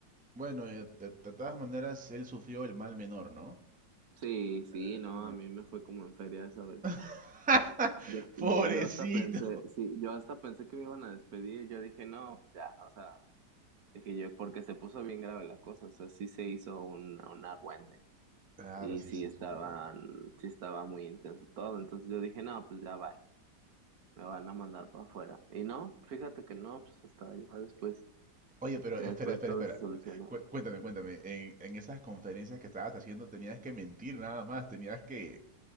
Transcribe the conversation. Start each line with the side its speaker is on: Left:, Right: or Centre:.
Centre: Bueno, eh, de, de todas maneras, él sufrió el mal menor, ¿no?
Right: Sí,
Centre: Eh,
Right: sí, no,
Centre: el mal-
Right: a mí me fue como en feria esa vez.
Centre: <laughs>
Right: Yo, yo
Centre: Pobrecito.
Right: hasta pensé, sí, yo hasta pensé que me iban a despedir. Yo dije, no, ya, o sea, dije yo, porque se puso bien grave la cosa, o sea, sí se hizo un, un argüende
Centre: Claro,
Right: y
Centre: sí,
Right: sí
Centre: sí,
Right: estaban,
Centre: es un lío.
Right: sí estaba muy intenso todo. Entonces yo dije, no, pues ya bye, me van a mandar para afuera. Y no, fíjate que no, pues hasta ya después,
Centre: Oye, pero
Right: ya
Centre: espera,
Right: después
Centre: espera,
Right: todo
Centre: espera.
Right: se solucionó.
Centre: Cué- Cuéntame, cuéntame. En, en esas conferencias que estabas haciendo tenías que mentir nada más, tenías que,